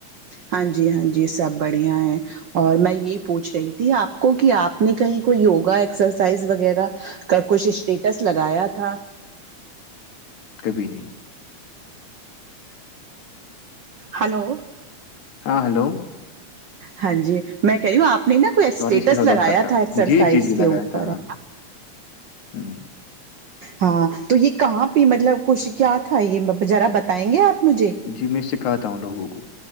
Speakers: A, on the right; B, on the left.
A: ہاں جی ہاں جی سب بڑھیا ہے اور میں یہی پوچھ رہی تھی آپ کو کی آپ نے کہیں کوئی یوگا ایکسرسائز وغیرہ کا کچھ اسٹیٹس لگایا تھا
B: کبھی نہیں
A: ہلو
B: ہاں ہلو
A: ہاں جی میں کہہ رہی ہوں آپ نے نا کوئی اسٹیٹس
B: سوری اس کے ساتھ
A: لگایا
B: بات کرتا
A: تھا
B: ہوں
A: ایکسرسائز
B: جی جی جی
A: کے
B: لگایا
A: اوپر
B: تھا ہاں ہوں،
A: ہاں تو یے کہاں پ مطلب کچھ کیا تھا یے ذرا بتائیں گے آپ مجھے
B: جی میں سکھاتا ہوں لوگوں کو